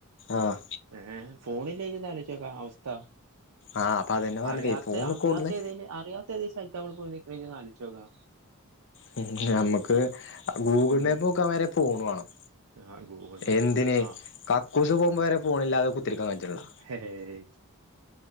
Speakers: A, on the left; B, on the right.
A: ആഹ്.
B: ഏഹ് ഫോണില്ലെ ഇജൊന്ന് ആലോയ്ചോക്കാ അവസ്ഥ.
A: ആഹ് അപ്പൊ അതന്നെ പറഞ്ഞതേ
B: അറിയാത്ത,
A: ഫോണ്
B: അറിയാത്ത
A: കൊടുന്ന്
B: ഏതേല് അറിയാത്ത. ത്തത് സ്ഥലത്താ മ്മള് പോയി നിക്ക്ണ് ജൊന്നാലോയ്ച്ചോക്കാ.
A: ഹും ഞമ്മക്ക്. ഗൂഗിൾ
B: ഉം
A: മാപ്പ് നോക്കാ വരെ ഫോൺ വേണം
B: ആ ഗൂഗിൾ മാപ്പ്
A: എന്തിന്
B: ആ
A: കക്ക് ക്കൂസ് പോവുമ്പൊ വരേ ഫോണില്ലാതെ കുത്തിരിക്കാ കജ്ജ്ണില്ലടാ.
B: ഹേയ്.